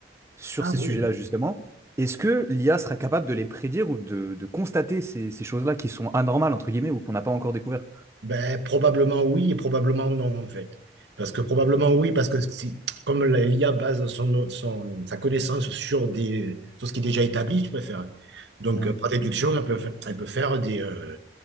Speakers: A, on the right; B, on the right.
A: sur
B: Ah
A: ces sujets-là,
B: oui.
A: justement, est-ce que l'IA sera capable de les prédire ou de, de constater ces, ces choses-là qui sont anormales, entre guillemets, ou qu'on n'a pas encore découvert?
B: Ben, probablement oui et probablement non, en fait. Parce que probablement oui, parce que si- comme la- l'IA base son, son- sa connaissance sur, des, sur ce qui est déjà établi, tu préfères. Donc,
A: Mhm.
B: euh, par déduction, elle peut, fa- elle peut faire des, euh,